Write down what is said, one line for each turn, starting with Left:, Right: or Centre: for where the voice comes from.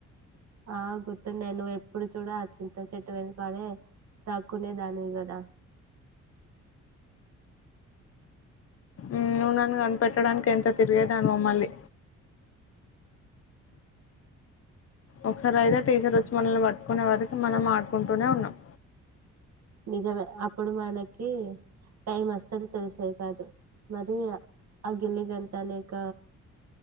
Right: ఆ గుర్తున్నాయ్ నువ్వు ఎప్పుడు చూడు ఆ చింత చెట్టు వెనకాలే దాక్కునే దానివి గదా
Left: ఉమ్ నన్ను కనిపెట్టడానికి ఎంత తిరిగేదానివో మళ్లీ ఒకసారి అయితే టీచర్ వచ్చి మనల్ని పట్టుకునే వరికి మనం ఆడుకుంటూనే ఉన్నాం
Right: నిజమే అప్పుడు మన కి టైమ్ అస్సలు తెలిసేది కాదు మరి అ గిల్లి గంత లేక